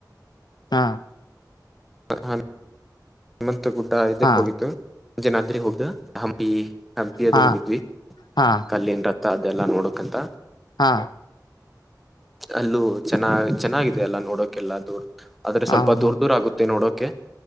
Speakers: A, on the left (about 75°); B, in the centre.
A: ಹಾ
B: ಹಾ ಹನುಮಂತ ಗುಡ್ಡ ಇದಕ್ಕ
A: ಹಾ
B: ಹೋಗಿತ್ತು. ಜನಾದ್ರಿ ಹೌದ್ ಹಂಪಿ ಹಂಪಿ ಅದು
A: ಹಾ
B: ಹೋಗಿದ್ವಿ
A: ಹಾ
B: ಕಲ್ಲಿ ನ್ ರತ್ತ ಎಲ್ಲಾ ನೋಡಕಂತ
A: ಹಾ
B: ಅಲ್ಲೂ ಚೆನ್ನಾ ಚೆನ್ನಾಗಿದೆ ಎಲ್ಲ ನೋಡೋಕೆಲ್ಲ ದುರತ ಆದ್ರೆ
A: ಹಾ
B: ಸ್ವಲ್ಪ ದೂರ್
A: ಹಾ
B: ದೂರ ಆಗುತ್ತೆ ನೋಡೋಕೆ